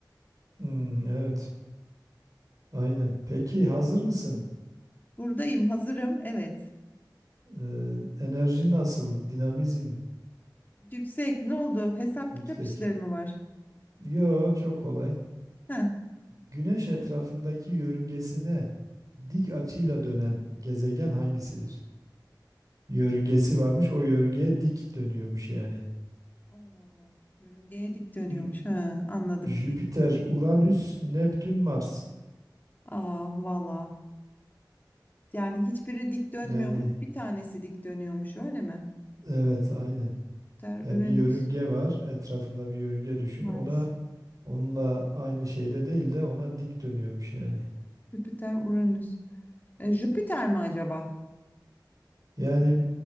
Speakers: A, on the right (about 55°); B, on the left (about 25°).
A: Hmm, evet. Aynen. Peki hazır mısın?
B: Buradayım, hazırım. Evet.
A: Ee, enerji nasıl? Dinamizm
B: Yüksek ne oldu? Hesap
A: yüksek.
B: kitap işleri mi var?
A: Yo çok kolay.
B: Heh.
A: Güneş etrafındaki yörüngesine dik açıyla dönen gezegen hangisidir? Yörüngesi varmış, o yörüngeye dik dönüyormuş yani.
B: Allah Allah. Yörüngeye dik dönüyormuş.
A: Jü-
B: Ha, anladım.
A: Jüpiter, Uranüs, Neptün, Mars.
B: Aa valla. Yani hiçbiri dik dönmüyormuş.
A: Yani
B: Bir tanesi dik dönüyormuş öyle mi?
A: evet aynen.
B: Jüpiter,
A: Yani
B: Uranüs,
A: bir yörünge var, etrafında bir yörünge düşün.
B: Mars,
A: Ona onunla aynı şeyde değil de ona dik dönüyormuş yani.
B: Jüpiter, Uranüs. E, Jüpiter mi acaba?
A: Yani